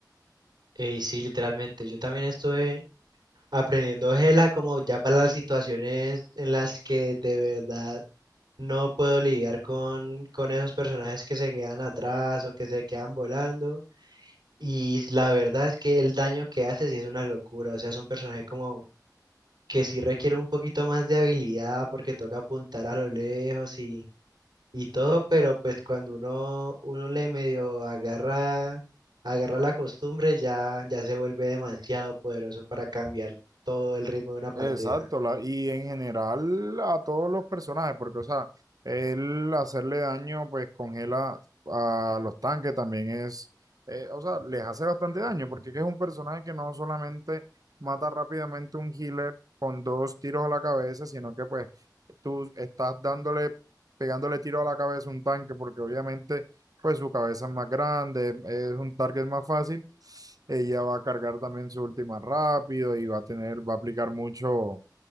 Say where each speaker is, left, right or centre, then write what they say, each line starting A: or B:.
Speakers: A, on the right; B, on the right.
A: Y sí, literalmente, yo también estuve aprendiendo Gela como ya para las situaciones en las que de verdad No puedo lidiar con, con esos personajes que se quedan atrás o que se quedan volando. Y la verdad es que el daño que hace sí es una locura. O sea, es un personaje como que sí requiere un poquito más de habilidad porque toca apuntar a lo lejos y, y todo, pero pues cuando uno, uno le medio agarra, agarra la costumbre, ya, ya se vuelve demasiado poderoso para cambiar todo el ritmo de una partida.
B: Exacto, la- y en general a todos los personajes, porque, o sea, el hacerle daño, pues congela a los tanques también es, eh, o sea, les hace bastante daño, porque es un personaje que no solamente mata rápidamente un healer con dos tiros a la cabeza, sino que pues tú estás dándole, pegándole tiro a la cabeza a un tanque, porque obviamente pues su cabeza es más grande, es un target más fácil. Ella va a cargar también su última rápido y va a tener, va a aplicar mucho,